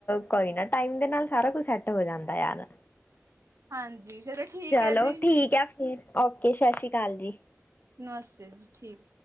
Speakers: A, on the left; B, on the right.
A: ਕੋਈ ਨਾ ਟਾਈਮ ਦੇ ਨਾਲ ਸਾਰਾ ਕੁਛ ਸੈਟ ਹੋ ਜਾਂਦੇ ਯਾਰ।
B: ਹਾਂਜੀ ਜੀ ਚਲੋ ਠੀਕ
A: ਚਲੋ
B: ਹੈ ਜੀ।
A: ਠੀਕ ਹੈ ਫਿਰ ਓਕੇ ਸਤਿ ਸ਼੍ਰੀ ਅਕਾਲ ਜੀ।
B: ਨਮਸਤੇ ਜੀ, ਠੀਕ।